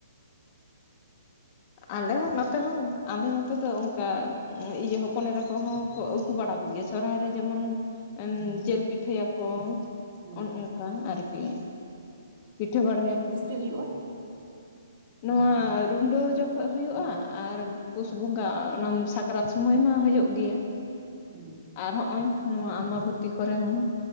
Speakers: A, on the left; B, on the right.
A: ᱟᱞᱮ ᱦᱚᱸ, ᱱᱚᱛᱮ ᱦᱚᱸ, ᱟᱞᱮ ᱱᱚᱛᱮ ᱫᱚ ᱚᱝᱠᱟ ᱤᱭᱟᱹ, ᱦᱚᱯᱚᱱ ᱮᱨᱟ ᱠᱚᱦᱚᱸ ᱠᱚ, ᱟᱹᱜᱩ ᱵᱟᱲᱟ ᱠᱚᱜᱮᱭᱟ ᱾ ᱥᱚᱨᱦᱟᱭ ᱨᱮ, ᱡᱮᱢᱚᱱ ᱡᱤᱞ ᱯᱤᱴᱷᱟᱹ ᱭᱟᱠᱟ,
B: ᱦᱩᱸ
A: ᱚᱱ ᱚᱝᱠᱟ ᱟᱨᱠᱤ, ᱯᱤᱴᱷᱟᱹ ᱵᱟᱲᱟ ᱭᱟᱠᱚ
B: ᱦᱩᱭᱩᱜ-ᱟ ᱾
A: ᱱᱚᱣᱟ, ᱨᱩᱰᱟᱹ ᱡᱚᱠ ᱠᱷᱚᱡ ᱦᱩᱭᱩᱜ-ᱟ, ᱟᱨ ᱯᱩᱥ ᱵᱚᱸᱜᱟ, ᱚᱱᱟ ᱥᱟᱠᱨᱟᱛ ᱥᱳᱢᱟᱹᱭ ᱢᱟ, ᱦᱩᱭᱩᱜ ᱜᱮᱭᱟ ᱾
B: ᱦᱩᱸ
A: ᱟᱨ ᱦᱚᱸᱜ-ᱚᱭ, ᱱᱚᱣᱟ ᱟᱢᱵᱟᱵᱚᱛᱤ ᱠᱚᱨᱮ ᱦᱚᱸ